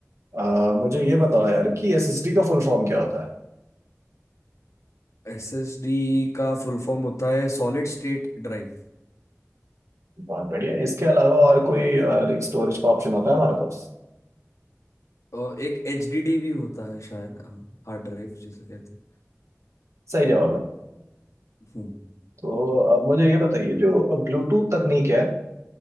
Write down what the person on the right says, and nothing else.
आ, मुझे ये बताओ यार कि एसएसडी का फुल फॉर्म क्या होता है
बहुत बढ़िया इसके अलावा और कोई लाइक स्टोरेज का ऑप्शन होता है हमारे पास
सही जवाब है
तो अब मुझे ये बताइए जो ब्लूटूथ तकनीक है